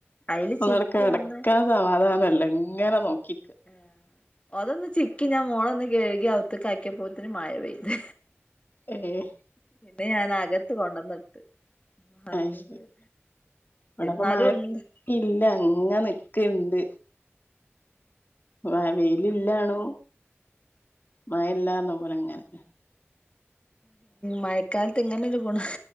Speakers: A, on the left; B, on the left.
A: അയില്
B: ഒന്നങ്ങ്‌ട്
A: ചിക്കി
B: കെടക്കാൻ
A: ഒന്ന്
B: സമാധാനല്ല ങ്ങനെ നോക്കി
A: ആഹ് അതൊന്ന് ചിക്കി ഞാൻ മോളൊന്ന് കഴുകി അകത്ത്ക്കാക്കിയപ്പോത്തിനും മയ പെയ്ത്
B: ഏഹ്
A: പിന്നെ ഞാനകത്ത് കൊണ്ടന്നിട്ട് ആർക്കെങ്കിലും
B: അയ് ശരി ഇവിടെപ്പ
A: ന്നാലും
B: മഴ
A: ഉണ്ട്
B: ഇല്ല ങ്ങ നിക്ക്ണ്ട്. ആഹ് വെയിലില്ലാണു. മയ ഇല്ല്യാർഞ്ഞ പോലെങ്ങനെ
A: മഴക്കാലത്ത് ങ്ങനെ ഒരു ഗുണാ